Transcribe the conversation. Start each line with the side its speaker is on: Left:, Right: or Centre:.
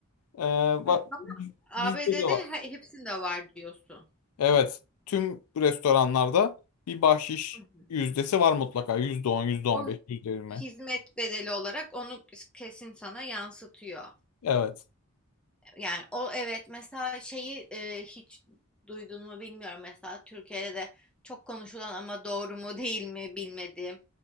Left: Ee,
Centre: Hı,
Left: bak
Centre: ama ABD'de
Left: bizde de var.
Centre: he- hepsinde var diyorsun.
Left: Evet tüm restoranlarda bir bahşiş
Centre: Hı hı.
Left: yüzdesi var mutlaka. Yüzde on, yüzde on
Centre: O
Left: beş, yüzde yirmi.
Centre: hizmet bedeli olarak onu kesin sana yansıtıyor.
Left: Evet.
Centre: Yani o evet mesela şeyi e, hiç duydun mu bilmiyorum mesela Türkiye'de de çok konuşulan ama doğru mu değil mi bilmediğim